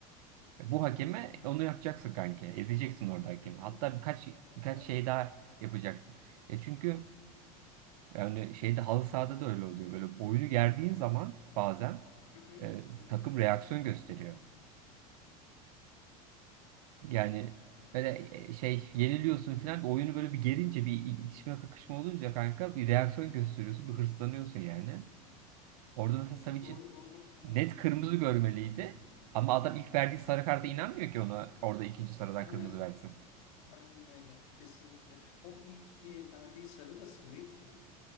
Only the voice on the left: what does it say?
Hı hı.
Evet.
Hı hı.
Hı hı.
Hı hı.
Evet.
Doğru doğru. Evet.
Aynen.
Aynen öyle. Kesinlikle. O ilk ye- verdiği sarı da sarıydı ya.